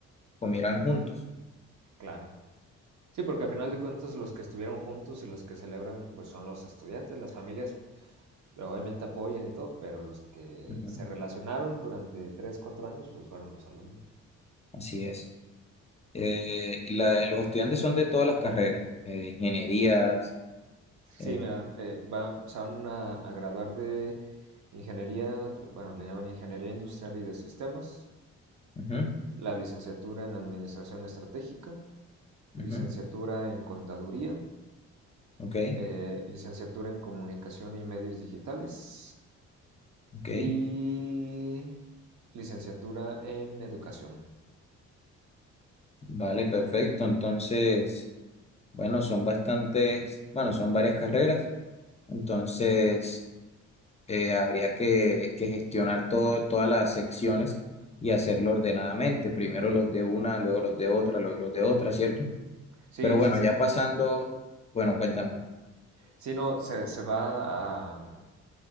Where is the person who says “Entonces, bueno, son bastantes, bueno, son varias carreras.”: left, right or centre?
Left